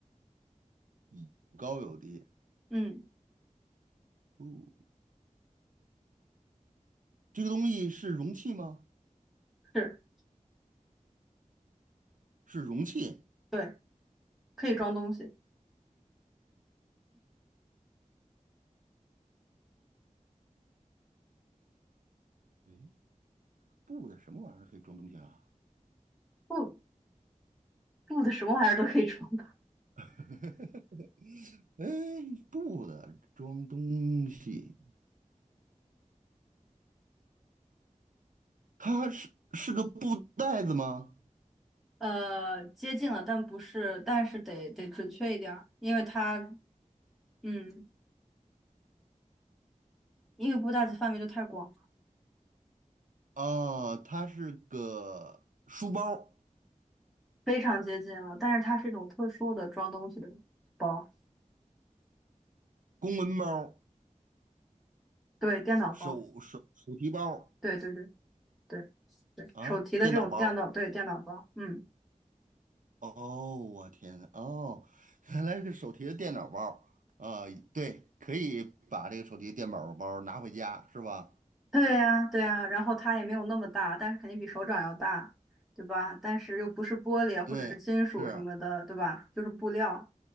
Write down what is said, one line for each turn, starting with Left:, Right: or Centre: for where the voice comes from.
Right: 有高有低。
Centre: 嗯，
Right: 哦，这个东西是容器吗？
Centre: 是，
Right: 是容器。
Centre: 对，可以装东西，
Right: 诶，布的什么玩意儿可以装东西啊？
Centre: 布布的什么玩意儿都可以装的。<laughs>
Right: <laughs> 哎，布的装东西，它是是个布袋子吗？
Centre: 呃，接近了，但不是，但是得得准确一点儿，因为它，嗯，因为布袋子范围就太广了，
Right: 啊，它是个书包、
Centre: 非常接近了，但是它是一种特殊的装东西的包，
Right: 公文包、
Centre: 对，电脑包，
Right: 手手手提包
Centre: 对对对。对对，
Right: 啊，
Centre: 手提的这种电脑，
Right: 电脑包。
Centre: 对，电脑包，嗯，
Right: 哦，我天呐，哦，原来是个手提的电脑包儿啊，对，可以把这个手提电脑包儿拿回家，是吧？
Centre: 对呀，对呀，然后它也没有那么大，但是肯定比手掌要大，对吧？但是又不是玻璃或者是金属什么的，
Right: 对，是，
Centre: 对吧？就是布料，